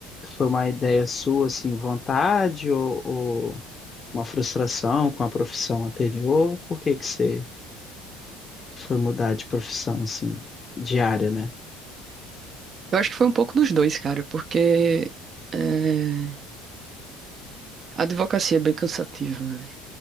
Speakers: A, on the left; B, on the right.
A: foi uma ideia sua, assim, vontade ou, ou uma frustração com a profissão anterior? Por que que você foi mudar de profissão, assim, de área, né?
B: Eu acho que foi um pouco dos dois, cara, porque é, a advocacia é bem cansativa, né?